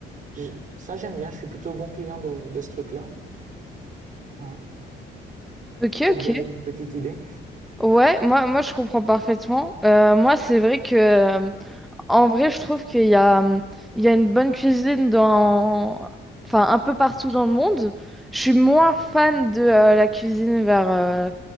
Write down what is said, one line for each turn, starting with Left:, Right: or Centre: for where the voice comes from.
Right: j'ai- ça j'aime bien, je suis plutôt bon client de, de ce truc-là. Voilà.
Centre: Ok,
Right: Pour
Centre: ok.
Right: te donner une petite idée.
Centre: Ouais, moi, moi je comprends parfaitement. Euh, moi, c'est vrai que euh, En vrai, je trouve qu'il y a, hum, il y a une bonne cuisine dans, enfin, un peu partout dans le monde. Je suis moins fan de euh, la cuisine vers, euh,